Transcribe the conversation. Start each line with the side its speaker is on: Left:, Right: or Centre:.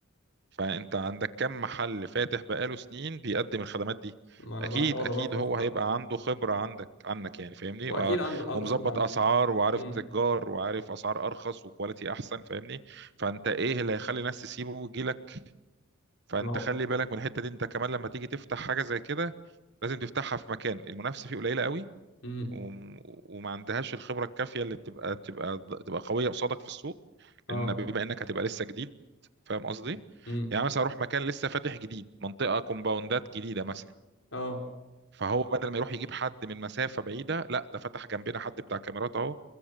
Right: فانت عندك كم محل فاتح بقاله سنين بيقدم الخدمات دي
Left: ما انا
Right: اكيد
Left: بقى احاول
Right: اكيد
Left: ارخص
Right: هو
Left: بقى
Right: هيبقى عنده خبرة عندك عنك يعني فاهمني
Left: هو
Right: و-
Left: اكيد عنده عنده
Right: ومظبط
Left: خبرة عنه
Right: اسعار وعارف
Left: امم
Right: تجار وعارف اسعار ارخص وكواليتي احسن فاهمني فانت ايه اللي هيخلي الناس تسيبه ويجيلك فانت
Left: ما هو
Right: خلي بالك من الحتة دي انت كمان لما تيجي تفتح حاجة زي كده لازم تفتحها في مكان المنافسة فيه قليلة قوي
Left: امم
Right: وم- وما عندهاش الخبره الكافيه اللي تبقى تبقى تبقى قويه قصادك في السوق
Left: اه
Right: لان بما انك هتبقى لسه جديد فاهم قصدي
Left: امم
Right: يعني مثلا اروح مكان لسه فاتح جديد منطقه كومباوندات جديده مثلا
Left: اه
Right: فهو بدل ما يروح يجيب حد من مسافه بعيده لا ده فتح جنبنا حد بتاع كاميرات اهو